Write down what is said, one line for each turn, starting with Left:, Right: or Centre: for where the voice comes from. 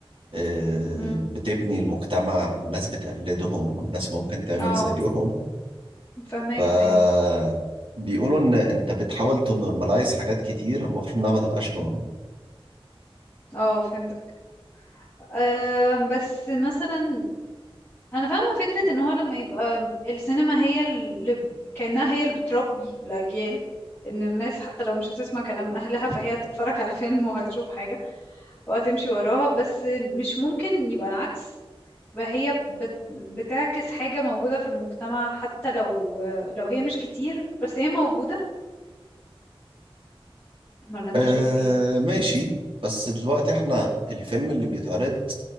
Right: آه،
Left: امم
Right: بتبني المجتمع والناس بتقلدهم والناس ممكن تعمل
Left: اه
Right: زيهم
Left: فهماك
Right: فبيقولوا
Left: ايوه
Right: إن أنت بتحاول تنورماليز حاجات كتير المفروض إنها ما تبقاش نورم
Left: اه فهمتك أم بس مثلا انا فاهمه فكره ان هو لما يبقى السينما هي اللي ب- كانها هي اللي بتربي الاجيال ان الناس حتى لو مش هتسمع كلام اهلها فهي هتتفرج على فيلم وهتشوف حاجه وهتمشي وراها بس مش ممكن يبقى العكس بقى هي بت... بتعكس حاجه موجوده في المجتمع حتى لو لو هي مش كتير بس هي موجوده ولا انت
Right: آه،
Left: شايف ايه
Right: ماشي بس دلوقتي إحنا الفيلم اللي بيتعرض